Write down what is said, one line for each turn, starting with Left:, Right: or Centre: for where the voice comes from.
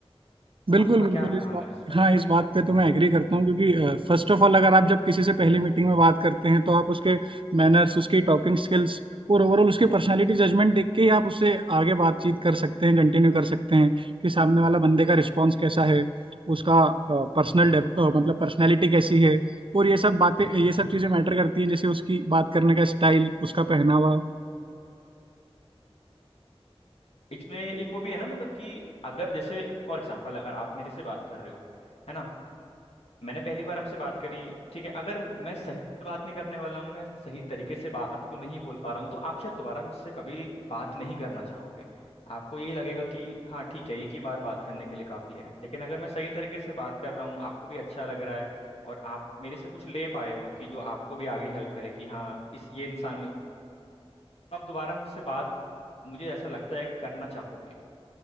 Right: बिल्कुल
Left: आपका
Right: बिल्कुल
Left: क्या मानना
Right: इस बात
Left: है इस बारे
Right: हाँ
Left: में
Right: इस बात पे तो मैं एग्री करता हूँ क्योंकि फर्स्ट ऑफ ऑल अगर आप जब किसी से पहली मीटिंग में बात करते हैं तो आप उसके मैनर्स उसकी टॉकिंग स्किल्स और ओवरऑल उसकी पर्सनालिटी जजमेंट देख के ही आप उससे आगे बातचीत कर सकते हैं कंटिन्यू कर सकते हैं कि सामने वाला बंदे का रिस्पॉन्स कैसा है उसका पर्सनल मतलब पर्सनैलिटी कैसी है और ये सब बातें ये सब चीज़ें मैटर करती हैं जैसे उसकी बात करने का स्टाइल उसका पहनावा
Left: इसमें एक वो भी है ना मतलब कि अगर जैसे फॉर एग्जांपल अगर आप मेरे से बात कर रहे हो है ना मैंने पहली बार आपसे बात करी ठीक है अगर मैं सही से बात नहीं करने वाला हूँ मैं सही तरीके से बात को नहीं बोल पा रहा हूँ तो आप शायद दोबारा मुझसे कभी बात नहीं करना चाहोगे आपको यही लगेगा कि हाँ ठीक है एक ही बार बात करने के लिए काफ़ी है लेकिन अगर मैं सही तरीके से बात कर रहा हूँ आपको भी अच्छा लग रहा है और आप मेरे से कुछ ले पाए हो कि जो आपको भी आगे हेल्प करे कि हाँ इस ये इंसान मुझे आप दोबारा मुझसे बात मुझे ऐसा लगता है कि करना चाहोगे